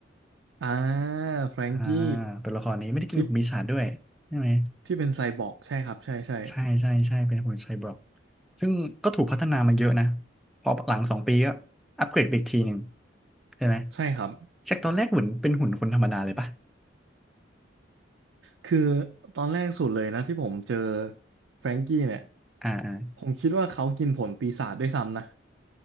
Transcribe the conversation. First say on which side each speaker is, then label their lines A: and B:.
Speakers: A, on the right; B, in the centre.
A: อ่าแฟรงกี้
B: อ่าตัวละครนี้ไม่ได้กินของปีศาจด้วยใช่ไหม
A: ที่ที่เป็นไซบอร์กใช่ครับ ใช่ ใช่
B: ใช่ใช่ใช่เป็นหุ่นไซบอร์กซึ่งก็ถูกพัฒนามาเยอะนะพอหลังสองปีก็อัปเกรดไปอีกทีหนึ่งใช่ไหม
A: ใช่ครับ
B: จากตอนแรกเหมือนเป็นหุ่นคนธรรมดาเลยปะ
A: คือตอนแรกสุดเลยนะที่ผมเจอแฟรงกี้เนี่ย
B: อ่าอ่า
A: ผมคิดว่าเขากินผลปีศาจด้วยซ้ำนะ